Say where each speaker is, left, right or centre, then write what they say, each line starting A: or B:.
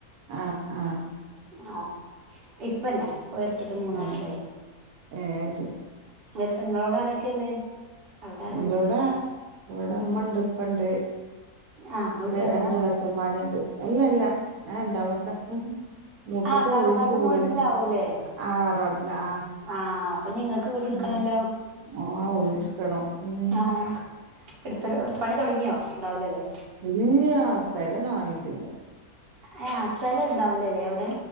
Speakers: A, on the right; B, on the right.
A: ആ ആ
B: ആ ഇപ്പല്ല ഇപ്പ മരിച്ചിട്ട് മൂന്ന്
A: ഏഹ്
B: വർഷായി
A: ഏഹ് ശെ
B: എത്ത ങ്ങളോടെ ആരൊക്കെല്ലേ? അവിടെ ആരല്ലേ
A: ഇന്റൂടെ ഇവിടെ ഉമ്മണ്ട് ഇപ്പണ്ട്
B: ആഹ് ഇങ്ങള് ചെറുതാ
A: രണ്ട് എളേ ച്ചമ്മാരുണ്ട് എല്ലല്ല ഞാൻ രണ്ടാമത്ത മൂത്തച്ഛൻ
B: ആഹ് തറവാട്ടൻ
A: വീടെടുത്ത് പോയിന്ന്
B: വീട്ടിലാവൂലേ
A: ആഹ് തറവാട്ടിലാ ആഹ്
B: ആഹ് അപ്പൊ ഞ്ഞി ങ്ങക്ക് വീടെടുക്കണല്ലോ?
A: ഉം ആഹ് വീടെടുക്കണം ഉം
B: ആഹ് ഇടുത്തലോ പണി തൊടങ്ങിയോ? ഉണ്ടാവൂലല്ലേ
A: ഇല്ല്യ സ്ഥലന്നെ വാങ്ങീട്ടില്ല
B: ഏ ആഹ് സ്ഥലണ്ടാവൂലല്ലേ അവടെ?